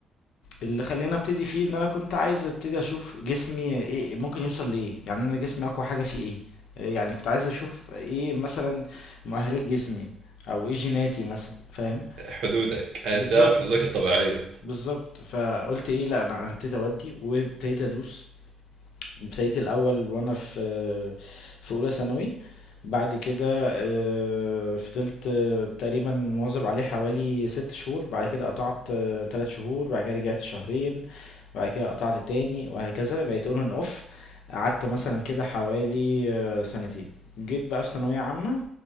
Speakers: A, on the left; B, on the right.
A: اللي خلاني ابتدي فيه ان انا كنت عايز ابتدي اشوف جسمي ايه ممكن يوصل لايه يعني انا جسمي اقوى حاجه فيه ايه آه، يعني كنت عايز اشوف ايه مثلا مؤهلات جسمي او ايه جيناتي مثلا فاهم
B: حدودك عايز
A: بالظبط
B: تعرف حدودك الطبيعيه
A: بالظبط فقلت ايه لا انا أنا هبتدي اودي وابتديت ادوس ابتديت الاول وانا في آه، في اولى ثانوي بعد كده آه، فضلت آه، تقريبا مواظب عليه حوالي ست شهور بعد كده قطعت آه، تلات شهور بعد كده رجعت شهرين بعد كده قطعت تاني وهكذا بقيت اون اند اوف قعدت مثلا كده حوالي آه، سنتين جيت بقى في ثانوية عامة